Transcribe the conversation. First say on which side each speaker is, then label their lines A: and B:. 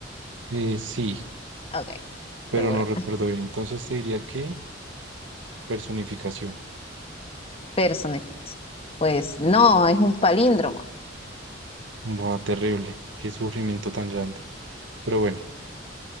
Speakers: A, on the right; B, on the left.
A: eh, sí,
B: Ok,
A: pero
B: seguro.
A: no recuerdo
B: <laughs>
A: bien. Entonces te diría que personificación.
B: Personificación. Pues no, es un palíndromo.
A: Buah, terrible. Qué sufrimiento tan grande. Pero bueno,